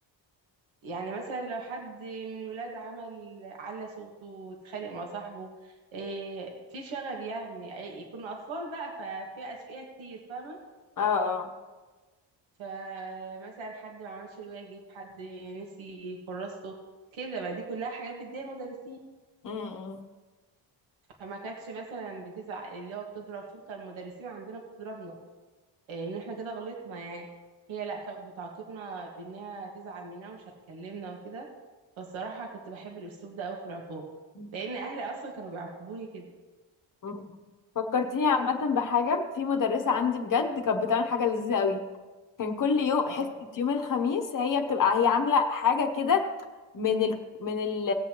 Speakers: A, on the right (about 85°); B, on the left (about 45°).
A: يعني مثلا لو حد من الولاد عمل على صوته واتخانق مع صاحبه إيه، في شغب يعني أي- كنا أطفال بقى ففي أشقية كتير فاهمة
B: اه
A: فمثلا حد ما عملش الواجب حد نسي كراسته كده ما دي كلها حاجات بتضايق المدرسين
B: اه
A: فما كانتش مثلا بتزعق اللي هو بتضرب فيهم كان المدرسين عندنا بتضربنا إيه، ان احنا كده غلطنا يعني هي لا كانت بتعاقبنا بانها تزعل مننا ومش هتكلمنا وكده فالصراحة كنت بحب الاسلوب ده قوي في العقاب
B: امم
A: لان اهلي اصلا كانوا بيعاقبوني كده
B: مم. فكرتيني عامة بحاجة في مدرسة عندي بجد كانت بتعمل حاجة لذيذة قوي كان كل يوم
A: اه
B: حصة يوم الخميس هي بتبقى هي عاملة حاجة كده من ال... من ال...